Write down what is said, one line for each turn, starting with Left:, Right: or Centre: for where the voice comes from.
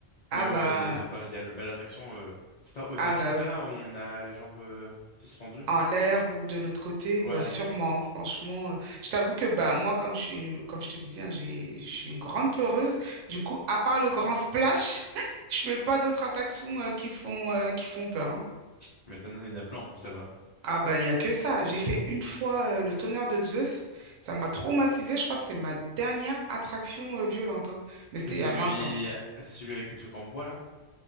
Left: Mais
Right: Ah
Left: ouais,
Right: bah,
Left: il est sympa. Il y a le belle attraction. euh, C'est pas Osiris
Right: ah bah oui.
Left: là où on a les jambes euh, suspendues?
Right: En l'air ou de l'autre côté,
Left: Ouais,
Right: bah sûrement, franchement. euh, je t'avoue que bah moi, comme je suis, comme je te disais, hein, j'ai, je suis une grande peureuse. Du coup, à part le grand splash, <laughs> je fais pas d'autres attractions euh, qui font, euh, qui font peur. hein.
Left: tu m'étonnes. Il y en a plein en plus là-bas.
Right: Ah ben il y a que ça. J'ai fait une fois euh, le tonnerre de Zeus. Ça m'a traumatisée. Je crois que c'était ma dernière attraction euh, violente. hein. Mais c'était
Left: C'est celui,
Right: il y a 20 ans.
Left: c'est celui avec les trucs en bois là?